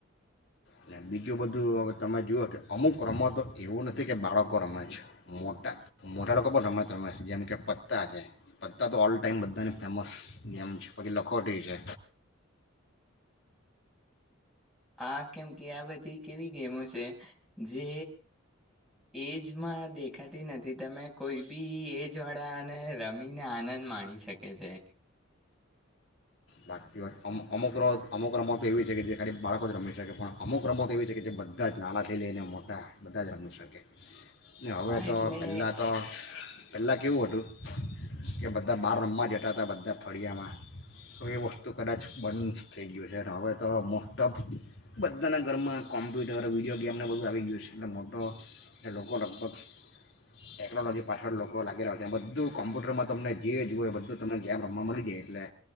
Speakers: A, on the left (about 60°); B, in the centre.
A: અને બીજું બધું હવે તમે જુઓ કે અમુક રમતો એવું નથી કે બાળકો રમે છે. મોટા-મોટા લોકો પણ રમત રમે છે. જેમ કે પત્તા છે, પત્તા તો ઓલ ટાઈમ બધાને ફેમસ, ગેમ છે, પછી લખોટી છે.
B: આ કેમ કે આ બધી કેવી ગેમો છે જે એજમાં દેખાતી નથી. તમે કોઈ બી એજ વાળાને રમીને આનંદ માણી શકે છે.
A: હાચી વાત. અમુક અમુક રો અમુક રમતો એવી છે કે જે ખાલી બાળકો જ રમી શકે. પણ અમુક રમતો એવી છે કે જે બધા જ નાનાંથી લઈને મોટા બધા જ રમી શકે. ને હવે
B: હા
A: તો
B: એટલે
A: પેલા તો પેલા કેવું હતું કે બધા બાર રમવા જતા તા બધાં ફળિયામાં તો એ વસ્તુ કદાચ બંધ થઈ ગયું છે. ને હવે તો મોસ્ટ ઓફ બધાના ઘરમાં કોમ્પ્યુટર, વિડીયો ગેમને બધું આવી ગયું છે. એટલે મોટો એ લોકો લગભગ ટેકનોલોજી પાછળ લોકો લાગેલા છે. અને બધું કોમ્પ્યુટરમાં તમને જે જુુવે એ બધું તમને ગેમ રમવા મલી જાય એટલે